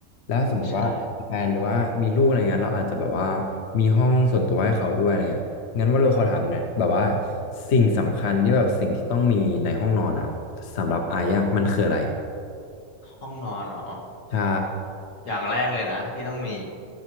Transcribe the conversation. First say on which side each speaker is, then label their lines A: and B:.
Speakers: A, on the left; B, on the left.
A: แล้วสมมุติว่ามีแฟนหรือว่ามีลูกอะไรเงี้ยเราอาจจะแบบว่า
B: <laughs> ใช่
A: มีห้องส่วนตัวให้เขาด้วยอะไรเงี้ยงั้นว่าเราขอถามเนี่อยแบบว่าสิ่งสำคัญที่แบบสิ่งที่ต้องมีในห้องนอนอ่ะสำหรับไอ้อ่ะมันคืออะไร
B: ห้องนอนเหรอ
A: ใช่
B: อย่างแรกเลยนะที่ต้องมี